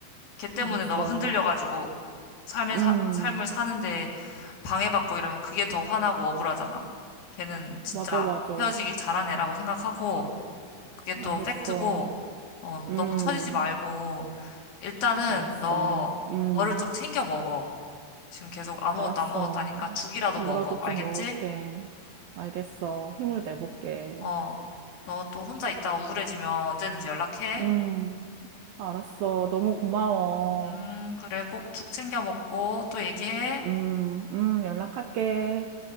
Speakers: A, on the left; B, on the right.
A: 걔 때문에
B: 알았어.
A: 너가 흔들려가지고 삶의
B: 음,
A: 사, 삶을 사는데 방해받고 이러면 그게 더 화나고 억울하잖아. 걔는 진짜
B: 맞아, 맞아.
A: 헤어지길 잘한 애라고 생각하고 그게
B: 알겠어.
A: 또 팩트고, 어,
B: 음,
A: 너무 처지지 말고, 일단은
B: 알았어.
A: 너
B: 음,
A: 뭐를 좀 챙겨 먹어. 지금 계속 아무것도
B: 알았어.
A: 안 먹었다니까 죽이라도
B: 뭐라도
A: 먹어. 알겠지?
B: 좀 먹을게. 알겠어. 힘을
A: 음.
B: 내볼게.
A: 어, 너 또 혼자 있다 우울해지면 언제든지 연락해.
B: 음, 알았어. 너무 고마워.
A: 음, 그래, 꼭 죽 챙겨 먹고 또 얘기해.
B: 음, 음, 연락할게.